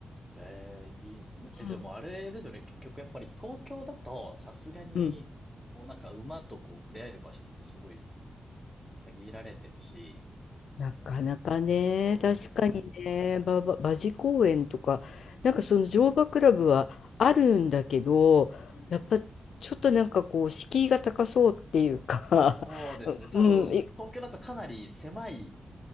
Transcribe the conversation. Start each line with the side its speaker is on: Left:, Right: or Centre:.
Centre: ー、えー、いいですね。え、
Left: うん。
Centre: でもあれですよね。結局やっぱり東京だと、さすがに、
Left: うん
Centre: こうなんか馬とこう触れ合える場所ってすごい限られてるし、
Left: なかなかね、
Centre: もそうですよね。
Left: 確かにね、ばば馬事公園とか、なんかその乗馬クラブはあるんだけど、
Centre: うん。
Left: やっぱちょっとなんかこう、敷居が高そうっていうか
Centre: そうですね。
Left: <laughs>
Centre: 多分、
Left: うん、い
Centre: 東京だとかなり狭い